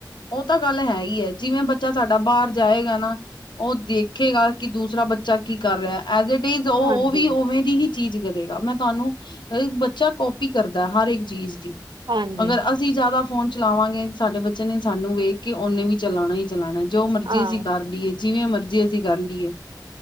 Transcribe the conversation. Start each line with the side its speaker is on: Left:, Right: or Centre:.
Left: ਉਹ ਤਾਂ ਗੱਲ ਹੈ ਹੀ ਐ, ਜਿਵੇਂ ਬੱਚਾ ਸਾਡੇ ਸਾਡਾ ਬਾਹਰ ਜਾਏਗਾ ਨਾ, ਉਹ ਦੇਖੇਗਾ ਕਿ ਦੂਸਰਾ ਬੱਚਾ ਕੀ ਕਰ ਰਿਹਾ ਐ। ਐਜ ਇਟ ਇਜ਼ ਉਹ
Right: ਹਾਂਜੀ
Left: ਉਵੇਂ ਦੀ ਹੀ ਚੀਜ਼ ਕਰੇਗਾ, ਮੈਂ ਤੁਹਾਨੂੰ, ਬੱਚਾ ਕਾਪੀ ਕਰਦਾ ਹੈ, ਹਰ ਇੱਕ ਚੀਜ਼ ਦੀ।
Right: ਹਾਂਜੀ
Left: ਅਗਰ ਅਸ ਅਸੀਂ ਜ਼ਿਆਦਾ ਫੋਨ ਚਲਾਵਾਂਗੇ, ਸਾਡੇ ਬੱਚੇ ਨੇ ਸਾਨੂੰ ਵੇਖ ਕੇ, ਉਹਨੇ ਵੀ ਚਲਾਣਾ ਏ ਚਲਾਣਾ ਏ, ਜੋ ਮਰਜ਼ੀ
Right: ਹਾਂ
Left: ਅਸੀਂ ਕਰ ਲਈਏ, ਜਿਵੇਂ ਮਰਜ਼ੀ ਅਸੀ ਕਰ ਲਈਏ।